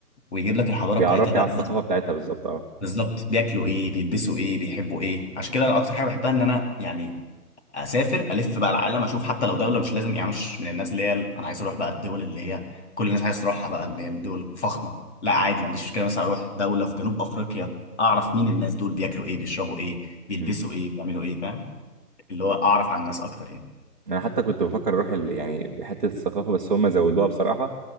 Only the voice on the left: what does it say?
ويجيب لك الحضاره
بتاعتها بقى
بالظبط بياكلوا ايه بيلبسوا ايه بيحبوا ايه عشان كده انا اكتر حاجه بحبها ان انا يعني اسافر الف بقى العالم اشوف حتى لو دوله مش لازم يعني مش من الناس اللي هي ال- انا عايز اروح بقى الدول اللي هي كل الناس عايز تروحها بقى اللي هي الدول الفخمه لا عادي ما عنديش مشكله مثلا اروح دوله في جنوب افريقيا اعرف مين الناس دول بياكلوا ايه بيشربوا ايه بيلبسوا
ايه بيعملوا ايه فاهم اللي هو اعرف عن الناس اكتر يعني